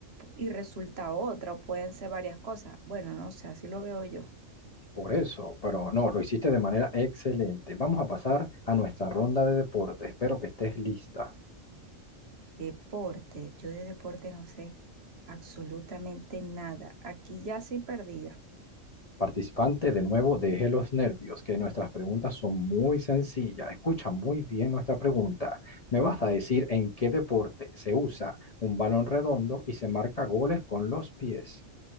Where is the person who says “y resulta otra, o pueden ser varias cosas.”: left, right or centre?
Right